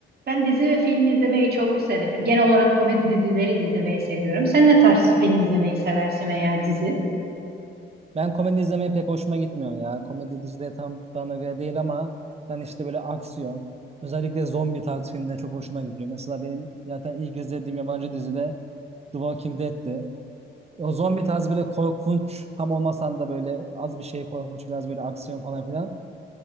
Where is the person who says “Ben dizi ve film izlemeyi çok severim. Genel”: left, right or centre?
Right